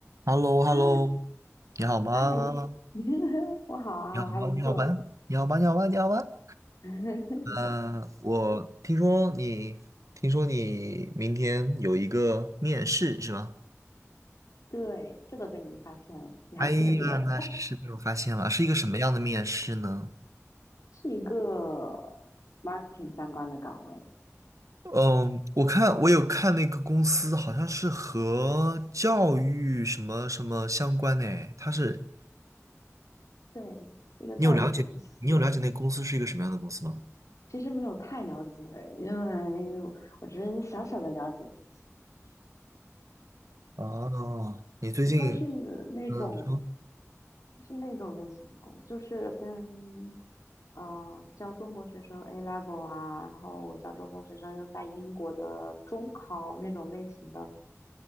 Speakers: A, on the right (about 80°); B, on the left (about 75°).
A: h e l l o h
B: 嗨
A: e l l o 你好吗？
B: 嗨，<laughs> 我好啊，
A: 你好吗？
B: 我还不错。
A: 你好吗？你好吗？你好吗？你好吗？
B: <laughs>
A: 嗯、我听说你，听说你明天有一个面试是吧？
B: 对，这都被你发现了，你还记得，
A: 哎呀，那是被我发现了，是一个什么样的面试呢？
B: 是一个 marketing 相关的岗位，
A: 嗯，我看我有看那个公司，好像是和教育什么什么相关的诶，它是
B: 对，一个教育公司。
A: 你有了解，你有了解那个公司是一个什么样的公司吗？
B: 其实没有太了解，因为我只是小小的了解了一下。
A: 哦，你最近
B: 它是那种，
A: 嗯，你说
B: 是那种类型的公司，就是跟呃教中国学生 A level 啊，然后教中国学生在英国的中考那种类型的。